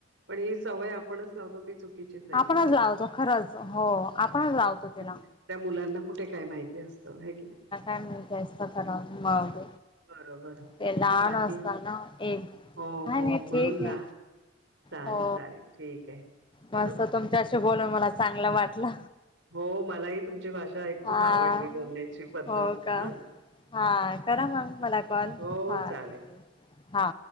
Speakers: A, on the right; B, on the left.
A: पण ही सवय आपणच लावतो ती चु किचीच नाय
B: आपणच
A: काय,
B: लावतो खरंच हो आपणच लावतो त्याला
A: ण त्या मुलांना कुठे काय माहिती असतं, हाय की नाय?
B: कास ख दिमाग
A: बरोबर
B: ते लहान
A: बाकी
B: असत ना एक
A: हो
B: का
A: हो
B: नाही
A: म्हणून
B: ठीक
A: ला
B: आहे
A: चालेल
B: हो
A: चालेल ठीक आहे
B: मस्त
A: हं
B: तुमच्याशी बोलून मला चांगलं वाटलं
A: हो मलाही तुमची भाषा खूप
B: हा
A: आवडली बोलण्याची पद्धत
B: हो का
A: ह
B: हा करा मग मला कॉल
A: हो
B: हा
A: चालेल
B: ठीक आहे हा